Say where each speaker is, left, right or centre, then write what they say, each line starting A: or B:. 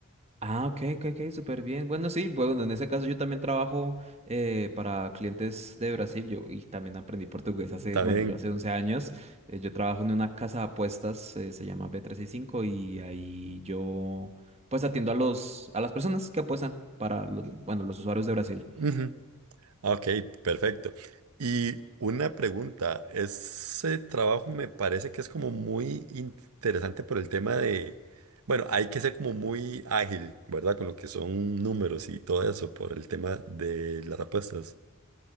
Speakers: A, on the right; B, on the right.
A: ah, ok, ok, ok, súper bien. Bueno, sí, bueno, en ese caso yo también trabajo eh, para clientes de Brasil. Yo y también aprendí portugués hace,
B: También.
A: bueno, yo hace 11 años. eh, yo trabajo en una casa de apuestas, eh, se llama B365 y cinco, y ahí yo pues atiendo a los a las personas que apuestan para los, bueno, los usuarios de Brasil.
B: ujú. Ok, perfecto. Y una pregunta, ese trabajo me parece que es como muy interesante por el tema de, bueno, hay que ser como muy ágil, ¿verdad? Con lo que son números y todo eso por el tema de las apuestas.